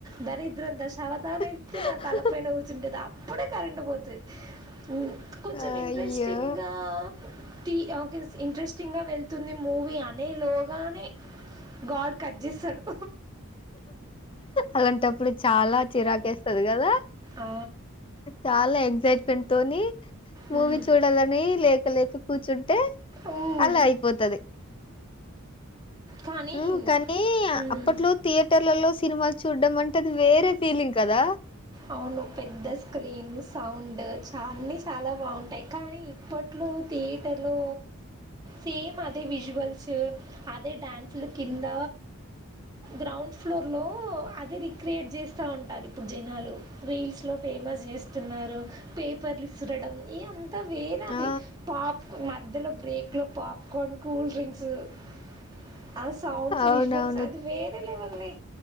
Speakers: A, on the right; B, on the left.
A: దరిద్ర దశావతానేత్టి
B: హ్మ్.
A: నా తలపైన కూర్చుంటేది, అప్పుడే కరెంట్ పోతు తె ఉ కొంచెం
B: అయ్యో
A: ఇంట్రెస్టింగ్గా టీ ఒకే ఇంట్రెస్టింగ్గా వెళ్తుంది మూవీ అనే లోగానే గాడ్ కట్ చేస్తాడు
B: అలాంటప్పుడు చాలా చిరాకు వేస్తది కదా
A: ఆ,
B: చాలా ఎక్సైట్మెంట్ తోనీ
A: మ్మ్.
B: మూవీ చూడాలని లే లేక కూర్చు టే
A: మ్మ్.
B: అలా అయిపోతది
A: కానీ
B: మ్ కానీ
A: హ్మ్.
B: అప్పట్లో థియేటర్లలో సినిమాలు చూడ్డ అంటేది వేరే ఫీలింగ్ కదా
A: అవును పెద్ద స్క్రీన్ సౌండ్ చన్నీ చాలా బాగుంటాయి, కానీ ఇప్పట్లో థియేటర్లో సేమ్ అదే విజువల్స్ అదే డ్యాన్స్ల కింద, గ్రౌండ్ ఫ్లోర్లో అదే రిక్రియేట్ చేస్తూ ఉంటారు ఇప్పుడు జనాలు రీల్స్ లో ఫేమస్ చేస్తున్నారు పేపర్లు ఇసురడం ఎ అంత వేర అది
B: ఆ!
A: పాప్ మధ్యలో బ్రేక్ లో పాప్కోర్న్ కూల్ డ్రింక్స్ డ్స్ ఆ సౌండ్స్
B: అవునవును.
A: విజువల్స్ అది వేర లెవెల్ మే